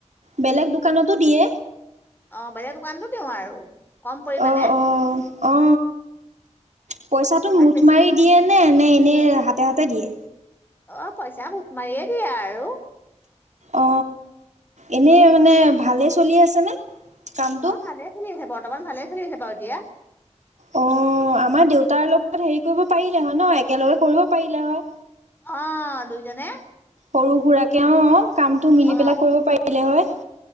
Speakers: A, on the right; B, on the left.
A: বেলেগ দোকানতো দিয়ে।
B: অ বাহিৰ দোকানটো দিওঁ আৰু। কম পৰিমাণে
A: অ অ অ পইচাটো
B: ইমান
A: মুঠ
B: বেছি
A: মাৰি দিয়ে নে নে। এ হাতে হাতে দিয়ে।
B: অ পইচা ভোক মাৰিয়ে দিয়া আৰু।
A: অ এনেই মানে ভালে চলি আছেনে। কামটো?
B: অ ভালে খেলি আছে বৰ্তমান ভালে খেল আছে বাৰু এতিয়া।
A: অ আমাৰ দেউতাৰ লগত হেৰি কৰিব পাৰিলে হয় ন একেলগে কৰিব পাৰিলে হয়।
B: অ দুইজনে।
A: সৰু সুৰাকে কে অ কামটো মিলি
B: অ
A: পেলাই কৰিব পাৰিলে হয়।